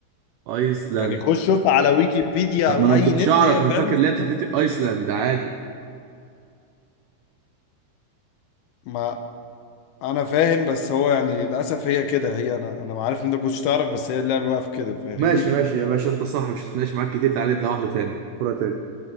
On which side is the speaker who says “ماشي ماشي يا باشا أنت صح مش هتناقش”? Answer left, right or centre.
Right